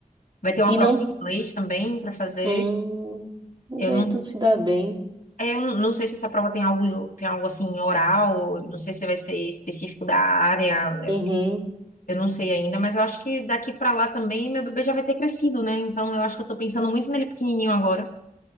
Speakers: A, on the left; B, on the right.
A: Vai ter uma
B: E
A: prova
B: não.
A: de inglês também para fazer.
B: Hum, mas
A: Eu
B: aí
A: não,
B: tu se dá bem.
A: é, eu não sei se essa prova tem algo, tem algo assim oral, não sei se vai ser específico da área, né,
B: Uhum.
A: assim, eu não sei ainda, mas eu acho que daqui para lá também meu bebê já vai ter crescido, né? Então eu acho que eu tô pensando muito nele pequenininho agora,